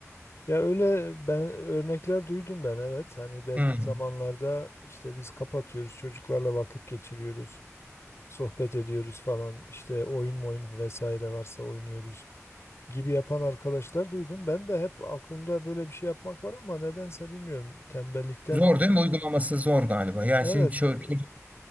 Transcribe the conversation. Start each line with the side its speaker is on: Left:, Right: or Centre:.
Left: Ya öyle ben örnekler duydum ben evet. Hani belli
Right: Hmm.
Left: zamanlarda işte biz kapatıyoruz, çocuklarla vakit geçiriyoruz, sohbet ediyoruz falan. işte oyun oyun vesaire varsa oynuyoruz gibi yapan arkadaşlar duydum. Ben de hep aklımda böyle bir şey yapmak var ama nedense bilmiyorum tembellikten
Right: Zor
Left: midir?
Right: değil mi? Uygulaması zor galiba. Yani
Left: Evet.
Right: sizin ço-
Left: e,
Right: çocuk